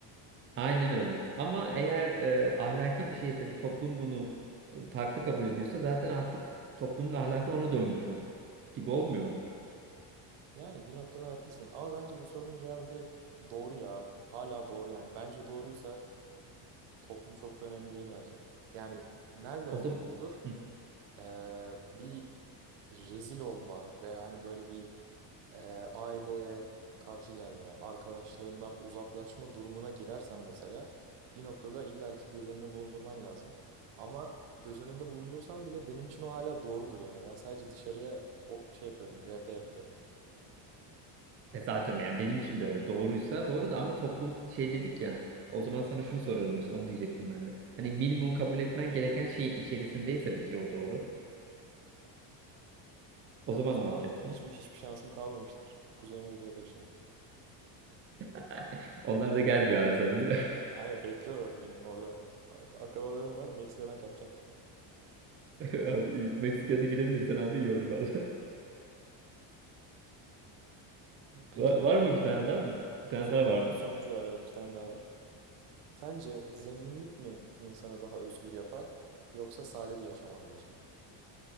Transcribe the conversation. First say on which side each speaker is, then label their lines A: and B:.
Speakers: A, on the right; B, on the right.
A: Aynen öyle. Ama eğer e, ahlaki bir şeyse ve toplum bunu e, farklı kabul ediyorsa zaten artık toplumun ahlakı ona dönmüş olur. Gibi olmuyor mu?
B: Yani bir noktada haklısın ama bence bu sorunun cevabı direkt doğru ya. Hala doğru yani. Bence doğruysa toplum çok da önemli değil bence. Yani nerede önemli
A: O zaman
B: olur?
A: Hı.
B: e, bir rezil olma veya hani böyle bir e, aileye karşı gelme, arkadaşlarından uzaklaşma durumuna girersen mesela bir noktada illaki göz önüne bulundurman lazım. Ama göz önünde bulundursan bile benim için o hala doğrudur yani. Ben sadece dışarıya o şey yapıyorumdur, RP yapıyorumdur.
A: e zaten yani benim için de öyle. Doğruysa doğru da ama toplum şey dedik ya. O zaman sana şunu sorarım işte onu diyecektim ben de. Hani minimum kabul etmen gereken şeyin içerisindeyse peki o doğru.
B: Ya
A: O zaman
B: o zaman
A: ne yapacaksın?
B: hiçbir hiçbir şansım kalmamıştır. Kuzey Amerika'ya taşınırım.
A: <laughs> Onlar da gel diyor abi sana değil mi?
B: Aynen bekliyorlar beni orada. Akrabalarım var, Meksika'dan kaçacağım.
A: <laughs> Abi Meksika'da girebilirsen abi iyi olur valla. <laughs>
B: <laughs> Peki.
A: Var, var mı bir tane daha? Bir, bir tane
B: Sonuncu,
A: daha vardı.
B: bir sonuncu var evet bir tane daha var. Sence zenginlik mi insanı daha özgür yapar yoksa sade bir yaşam anlayışı mı?